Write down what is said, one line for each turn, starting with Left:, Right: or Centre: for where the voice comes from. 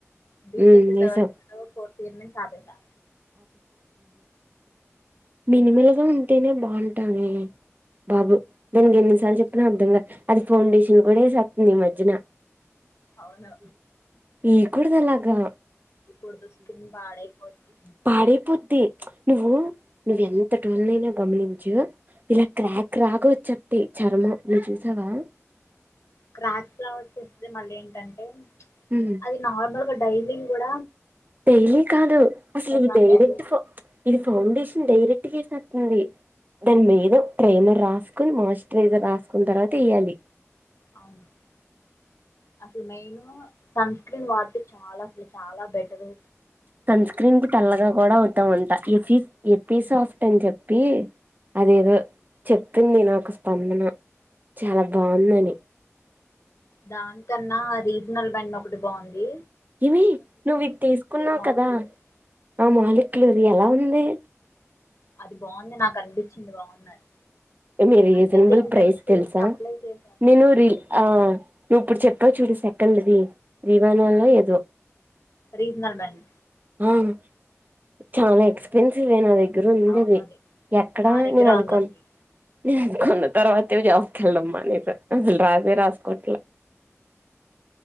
Left: బీ
Right: ఉమ్
Left: టెక్
Right: వేసావ్
Left: థర్డ్ ఇయరో ఫోర్త్ ఇయర్ నుంచి ఆపేసా
Right: మినిమల్గ ఉంటేనే బావుంటావే బాబు దానికి ఎన్నిసార్లు చెప్పినా అర్ధంగాద్ అది ఫౌండేషన్ కూడ ఎసెత్తాంది ఈ మధ్యన
Left: అవునా
Right: ఏయకూడదలాగా
Left: ఎయ్ కూడదు స్కిన్ పాడైపోద్ది
Right: పాడైపోద్ది నువ్వు నువ్వెంత టోల్లనైనా గమనించు ఇలా క్రాక్ రాగ వచ్చద్ది చర్మం నువ్ చూసావా
Left: క్రాక్స్ లాగ వచ్చేస్తది మళ్ళెంటంటే
Right: ఉమ్
Left: అది నార్మల్ డైలి గూడ
Right: డైలీ కాదు అసలు ఇవి
Left: రాసిద్ది
Right: డైరెక్ట్ ఫ ఇది ఫౌండేషన్ డైరెక్ట్ ఎస్తద్ ఉంది దాని మీద ప్రైమర్ రాసుకొని మాయిశ్చరైజర్ రాసుకున్న తర్వాత ఎయాలి
Left: అవునా అసలు మెయిన్ సన్ స్క్రీన్ వాడితే చాలా అసలు చాలా బెటరు
Right: సన్ స్క్రీన్కి తెల్లగా కూడ అవుతామంట ఎఫిస్ ఎతి
Left: అవును
Right: సాఫ్ట్ అని చెప్ ప్పి అదేదో చెప్పింది నాకు స్పందన చాల బావుందని
Left: దానికన్నా రీజనల్ బెండ్ ఒకటి బావుంది
Right: ఏమే నువ్వు ఇది తీసుకున్నావు
Left: మాలుకులరు
Right: కదా ఆ మాలికులు ఎలా ఉంది
Left: అది బాగుంది నాకు అనిపిచింది బాగుందని
Right: మీ రీజనబుల్
Left: అంటే అదేంటంటే
Right: ప్రైస్
Left: ఫేస్
Right: తెలుసా
Left: కి అప్లై చేసాక
Right: నేను రి నువ్ ఇప్పుడు చె ప్తావు చూడు సెకండ్ది విమానాల్లో
Left: ఆ
Right: ఏదో
Left: రీజనల్ బ్యాండ్
Right: అవును చాలా ఎక్స్పెన్సివే నా దగ్గర ఉందది
Left: అవును అది
Right: ఎక్కడా
Left: నా దగ్గర
Right: నేను అది
Left: ఉంది
Right: కొ
Left: ఒకటి
Right: నేను అనుకున్న తర్వాత ఏమో జాబ్కి ఎళ్ళడం మానేశా అసలు రాసే రాసుకోట్లా